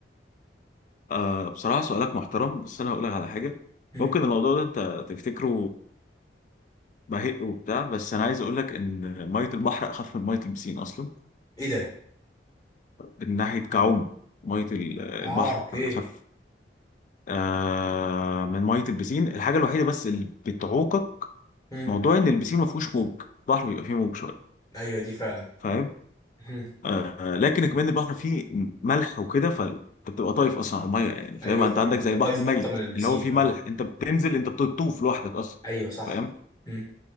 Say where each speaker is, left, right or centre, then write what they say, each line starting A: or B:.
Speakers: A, on the left (about 45°); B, on the left (about 20°).
A: آه بصراحة سؤالك محترم بس أنا هقول لك على حاجة
B: هم.
A: ممكن الموضوع ده أنت تفتكره بهق وبتاع بس أنا عايز أقول لك إن مية البحر أخف من مية البسين أصلا
B: ايه ده
A: من ناحية كعوم مية ال- البحر
B: اه اوكي
A: أخف آه من مية البسين الحاجة الوحيدة بس اللي بتعوقك
B: هم.
A: موضوع إن البسين ما فيهوش موج البحر بيبقى فيه موج شوية
B: ايوه دي فعلا
A: فاهم
B: هم.
A: آه لكن كمان البحر فيه ملح وكده فانت بتبقى طايف اصلا على الميه يعني فاهم
B: ايوه
A: انت
B: فعلا
A: عندك
B: بتبقى
A: زي البحر
B: طايف
A: الميت
B: اكتر من البسين
A: اللي هو فيه
B: فعلا
A: ملح انت بتنزل انت بتطوف لوحدك اصلا
B: ايوه صح
A: فاهم
B: هم.